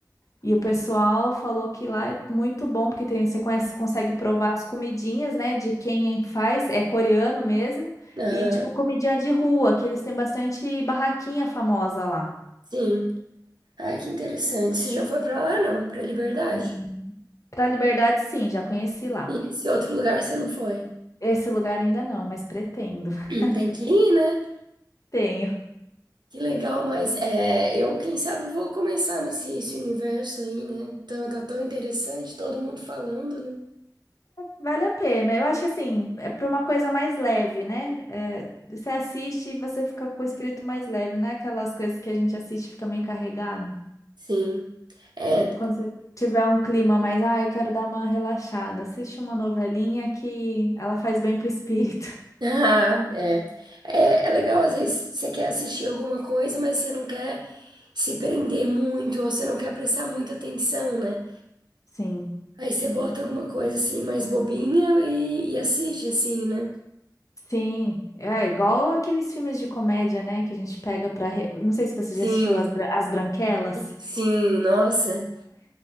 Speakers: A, on the left; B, on the right.
A: E o pessoal falou que lá é muito bom, porque tem, você conhece, consegue provar as comidinhas, né? De quem faz, é coreano mesmo.
B: Aham.
A: E tipo, comidinha de rua, que eles têm bastante barraquinha famosa lá.
B: Sim. Ai, que interessante. Você já foi pra lá, não? Pra Liberdade?
A: Hum. Pra Liberdade, sim, já conheci lá.
B: E esse outro lugar você não foi?
A: Esse lugar ainda não, mas pretendo.
B: <clears throat>
A: <laughs>
B: Tem que ir, né?
A: Tenho.
B: Que legal, mas é, eu, quem sabe, vou começar nesse esse universo aí, né? Então, tá tão interessante, todo mundo falando, né?
A: Vale a pena. Eu acho que assim, é para uma coisa mais leve, né? É, você assiste e você fica com o espírito mais leve, não é aquelas coisas que a gente assiste e fica meio carregado.
B: Sim. É.
A: Quando você tiver um clima mais, ah, eu quero dar uma relaxada, assiste uma novelinha que ela faz bem pro espírito. <laughs>
B: Ah, é. É, é legal, às vezes você quer assistir alguma coisa, mas você não quer se prender muito, ou você não quer prestar muita atenção, né?
A: Sim.
B: Aí você bota alguma coisa assim mais bobinha e, e assiste, assim, né?
A: Sim, é igual aqueles filmes de comédia, né, que a gente pega para, não sei se você
B: Sim,
A: já assistiu As, Bra- As Branquelas,
B: sim, nossa.